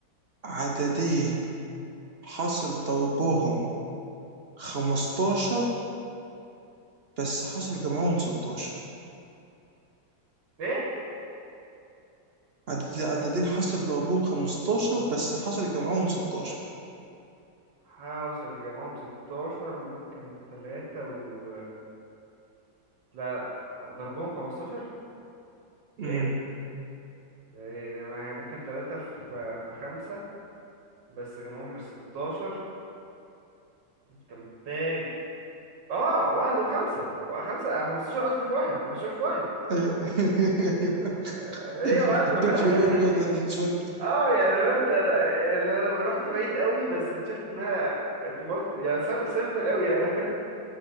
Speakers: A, on the right; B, on the right.
A: عددين حصل ضربهم 15 بس حصل جمعهم 16
B: ايه
A: عدد- عددين حصل ضربهم 15 بس حصل جمعهم 16
B: هوصل جمعهم 16 وممكن تلاتة و لا ضربهم 15 ده
A: امم
B: ايه ده ده إيه؟ ما هي ممكن تلاتة في في خمسة بس جمعهم مش 16 انت محتاج اه واحد وخمسة وخمسة 15 قصدي في واحد 15 في واحد
A: ايوه
B: ايه
A: <laughs>
B: يا معلم
A: it took
B: <laughs>
A: you longer than it should
B: اه يعني لو انت يعني انا لما رحت بعيد قوي بس اكتشفت انها اتمط يعني سم... سمبل قوي يعني <laughs>